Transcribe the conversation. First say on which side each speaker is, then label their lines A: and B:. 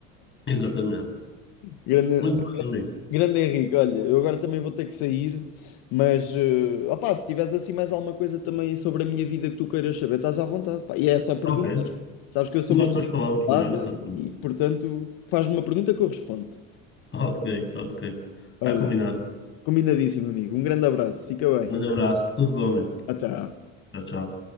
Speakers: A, on the left; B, on the left.
A: Exatamente.
B: <laughs> Grande,
A: Muito bem, amigo.
B: Grande Henrique, olha, eu agora também vou ter que sair, mas eh, opá, se tiveres assim mais alguma coisa também sobre a minha vida que tu queiras saber, estás à vontade, pá. E é só perguntar.
A: Ok.
B: Sabes que eu sou
A: Nós
B: uma
A: depois
B: pessoa
A: falamos melhor,
B: ocupada
A: então. tudo
B: e,
A: bem.
B: portanto, faz-me uma pergunta que eu respondo.
A: Ok, ok. Está
B: Olha,
A: combinado.
B: combinadíssimo, amigo. Um grande abraço, fica bem.
A: Um grande abraço. Tudo bom, amigo.
B: Até.
A: Tchau, tchau.